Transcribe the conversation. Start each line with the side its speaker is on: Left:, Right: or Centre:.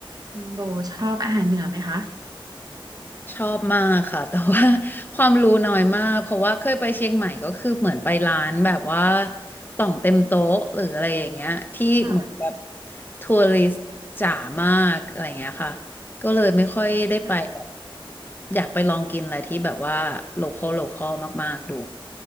Right: คุณโบชอบอาหารเหนือไหมคะ
Left: ชอบมากค่ะ <laughs> แต่ว่า <laughs> ความรู้น้อยมากเพราะว่าเคยไปเชียงใหม่ก็คือเหมือนไปร้านแบบว่าต่องเต็มโต๊ะหรืออะไรอย่างเงี้ยที่เหมือนแบบ
Right: ค่ะ
Left: ทัวริสต์จ๋ามากอะไรอย่างเงี้ยค่ะก็เลยไม่ค่อยได้ไปแบบ
Right: ค่ะ
Left: อยากไปลองกินอะไรที่แบบว่าโลคอลโลคอลมากๆดู